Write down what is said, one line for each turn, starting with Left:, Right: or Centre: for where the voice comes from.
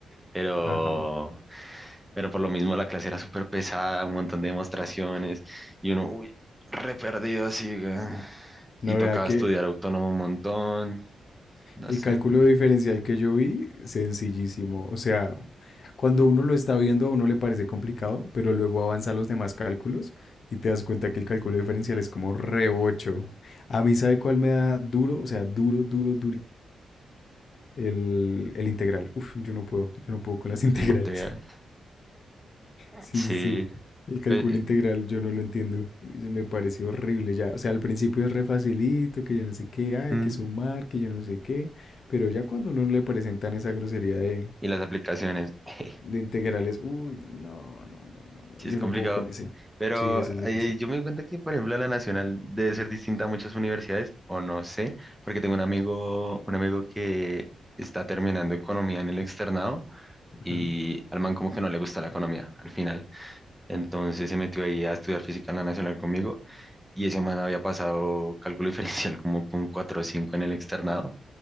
Centre: Pero,
Left: Ajá.
Centre: pero por lo mismo la clase era súper pesada, un montón de demostraciones y uno, uy, re perdido así, weón. Y
Left: No
Centre: tocaba
Left: vea que
Centre: estudiar autónomo un montón, no
Left: el
Centre: sé,
Left: cálculo diferencial que yo vi, sencillísimo. O sea, cuando uno lo está viendo a uno le parece complicado, pero luego avanza a los demás cálculos y te das cuenta que el cálculo diferencial es como re 8. A mí, ¿sabe cuál me da duro? O sea, duro, duro, el, el integral. Uf, yo no puedo, yo no puedo con las integrales.
Centre: el integral.
Left: <laughs> Sí,
Centre: Sí,
Left: sí, sí. El cálculo
Centre: pues, eh,
Left: integral yo no lo entiendo. Uy, se me pareció horrible ya. O sea, al principio es re facilito, que yo no sé qué, ah,
Centre: mm,
Left: hay que sumar, que yo no sé qué. Pero ya cuando uno le presentan esa grosería de,
Centre: y las aplicaciones. <laughs>
Left: de integrales, uy, no, no, no, no,
Centre: Sí,
Left: no. Yo
Centre: es complicado.
Left: no puedo con ese.
Centre: Pero
Left: Sí, ese es difícil.
Centre: eh, yo me doy cuenta que, por ejemplo, la nacional debe ser distinta a muchas universidades, o no sé, porque tengo un amigo, un amigo que está terminando economía en el externado
Left: Ujú,
Centre: y al man como que no le gusta la economía al final. Entonces se metió ahí a estudiar física en la nacional conmigo y ese man había pasado cálculo <laughs> diferencial como con 4 o 5 en el externado